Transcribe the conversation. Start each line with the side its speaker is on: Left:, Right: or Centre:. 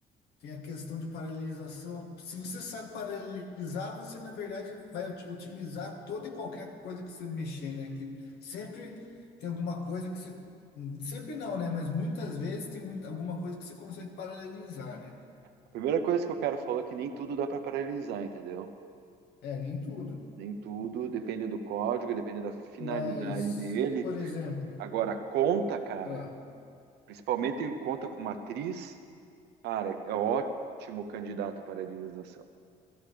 Left: tem a questão de paralisação. Se você sabe paralisar, você, na verdade, vai ot- otimizar toda e qualquer coisa que você mexer, né? Que sempre tem alguma coisa que você. Sempre não, né? Mas muitas vezes tem muita, alguma coisa que você consegue paralisar, né?
Right: a primeira coisa que o cara falou é que nem tudo dá para paralisar entendeu
Left: É, nem tudo.
Right: nem tudo depende do código depende da finalidade
Left: Mas,
Right: dele
Left: por exemplo,
Right: agora conta cara
Left: ah,
Right: principalmente conta com matriz cara é ótimo candidato para paralisação